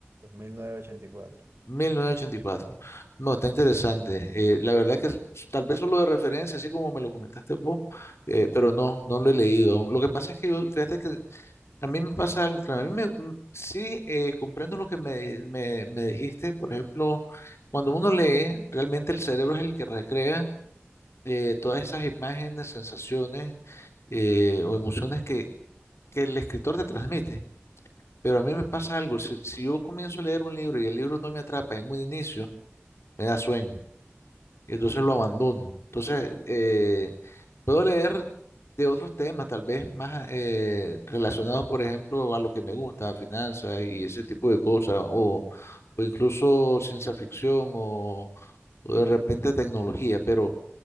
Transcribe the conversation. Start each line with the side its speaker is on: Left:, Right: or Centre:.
Right: 1900, 1984.
Left: 1984. No, está interesante.
Right: Sí.
Left: eh, la verdad que s- tal vez solo de referencia, así como me lo comentaste vos, eh, pero no, no lo he leído. aún. Lo que pasa es que yo, fíjate que a mí me pasa algo extraño. A mí me, m- sí, eh, comprendo lo que me, me- me dijiste. Por ejemplo, cuando uno lee, realmente el cerebro es el que recrea eh, todas esas imágenes, sensaciones eh, o emociones que, que el escritor te transmite. Pero a mí me pasa algo. Si, si yo comienzo a leer un libro y el libro no me atrapa en un inicio, me da sueño y entonces lo abandono. Entonces, eh, puedo leer de otros temas, tal vez más eh, relacionados, por ejemplo, a lo que me gusta, finanzas y ese tipo de cosas, o, o incluso ciencia ficción o, o de repente tecnología, pero